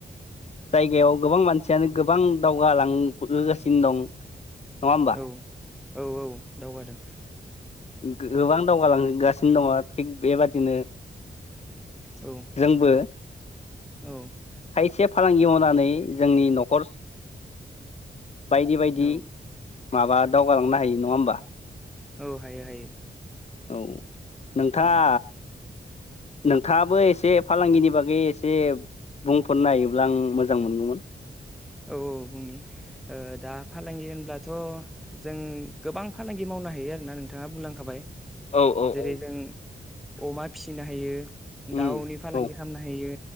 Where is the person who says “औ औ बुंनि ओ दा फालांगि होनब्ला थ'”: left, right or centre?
Centre